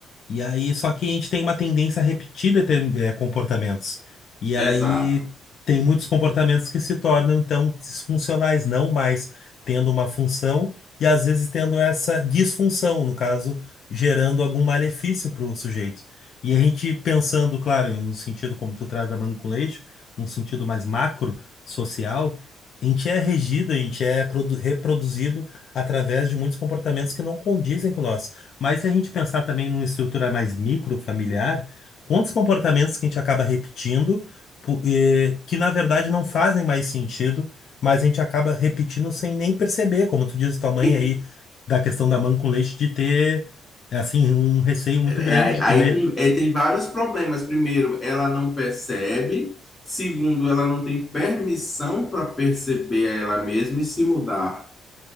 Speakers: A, on the left; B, on the left.
A: E aí, só que a gente tem uma tendência a repetir determin- eh, comportamentos. E
B: exato.
A: aí, tem muitos comportamentos que se tornam, então, disfuncionais, não mais tendo uma função e, às vezes, tendo essa disfunção, no caso, gerando algum malefício para o sujeito. E a gente pensando, claro, no sentido como tu traz da manga com leite, num sentido mais macro, social, a gente é regido, a gente é produ- reproduzido através de muitos comportamentos que não condizem com nós. Mas se a gente pensar também numa estrutura mais microfamiliar, quantos comportamentos que a gente acaba repetindo, pu- eh, que na verdade não fazem mais sentido, mas a gente acaba repetindo sem nem perceber, como tu diz, tua mãe
B: E
A: aí, da questão da mãe com leite, de ter, assim, um receio muito
B: é,
A: grande de
B: aí
A: comer.
B: tem, é, tem vários problemas. Primeiro, ela não percebe. Segundo, ela não tem permissão para perceber ela mesma e se mudar.